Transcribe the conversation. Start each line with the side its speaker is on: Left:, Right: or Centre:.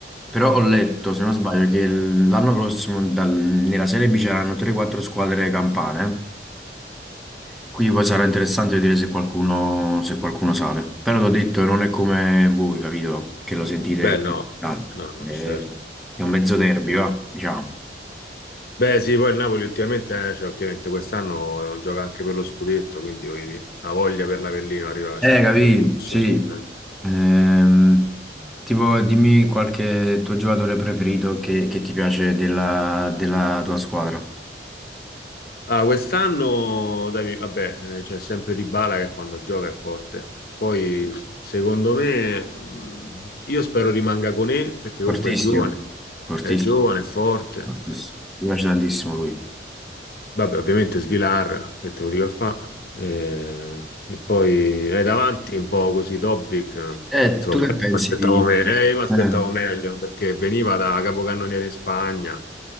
Centre: però ho letto, se non sbaglio, che il- l'anno prossimo dal- nella Serie B c'erano 3-4 squadre campane. Quindi poi sarà interessante vedere se qualcuno, se qualcuno sale. Però l'ho detto, non è come voi, capito? Che lo sentite
Left: Beh, no,
Centre: tanto.
Left: no, no,
Centre: Eh,
Left: certo.
Centre: È un mezzo derby, va, diciamo.
Left: Beh, sì, poi il Napoli ultimamente, eh, cioè, ultimamente quest'anno eh, gioca anche per lo scudetto, quindi voglio dire, la voglia per l'Avellino arriva a
Centre: Eh,
Left: certi
Centre: capì,
Left: livelli. insomma,
Centre: sì.
Left: eh.
Centre: Ehm, tipo, dimmi qualche tuo giocatore preferito che, che ti piace della, della tua squadra.
Left: Ah, quest'anno, dai, mi- vabbè, eh, c'è sempre Dybala che quando gioca è forte. Poi, secondo me, mh, io spero rimanga con E, perché comunque
Centre: Fortissimo,
Left: è giovane,
Centre: fortissimo,
Left: è giovane, è forte.
Centre: fortissimo. Mi piace tantissimo lui.
Left: Vabbè, ovviamente Svilar, che te lo dico a fa. Eh, e poi eh, davanti un po' così Dobbik, eh,
Centre: Eh,
Left: insomma,
Centre: tu che
Left: mi
Centre: pensi
Left: aspettavo
Centre: di...
Left: me- eh, mi aspettavo
Centre: eh,
Left: meglio perché veniva da capocannoniere in Spagna.